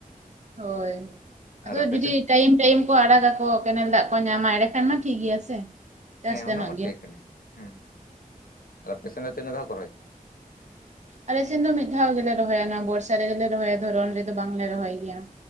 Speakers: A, on the right; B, on the left.
A: ᱦᱳᱭ ᱟᱫᱚ
B: ᱟᱨ ᱟᱯᱮᱥᱮᱫ
A: ᱡᱩᱫᱤ ᱴᱟᱭᱤᱢ ᱴᱟᱭᱤᱢ ᱠᱚ ᱟᱲᱟᱜᱟᱠᱚ ᱠᱮᱱᱮᱞ ᱫᱟᱜ ᱠᱚ ᱧᱟᱢᱟ ᱮᱸᱰᱮ ᱠᱷᱟᱱ ᱢᱟ ᱴᱷᱤᱠ ᱜᱮᱭᱟ ᱥᱮ। ᱪᱟᱥ
B: ᱦᱮᱸ
A: ᱜᱟᱱᱚᱜ
B: ᱚᱱᱟ ᱢᱟ
A: ᱜᱮᱭᱟ
B: ᱴᱷᱤᱠ ᱠᱟᱱᱮ ᱚᱸ ᱟᱨᱚ ᱯᱮᱥᱮᱱᱴ ᱫᱚ ᱛᱤᱱᱟᱹᱜ ᱫᱷᱟᱣ ᱠᱚ ᱨᱚᱦᱚᱭ ᱛᱮ?
A: ᱟᱞᱮ ᱥᱮᱱ ᱫᱚ ᱢᱤᱫ ᱫᱷᱟᱣ ᱜᱮᱞᱮ ᱨᱚᱦᱚᱭᱟ ᱚᱱᱟ ᱵᱚᱨᱥᱟ ᱨᱮᱜᱮ ᱞᱮ ᱨᱚᱦᱚᱭᱟ ᱫᱷᱚᱨᱚᱱ ᱨᱮᱫᱚ ᱵᱟᱝ ᱞᱮ ᱨᱚᱦᱚᱭ ᱜᱮᱭᱟ।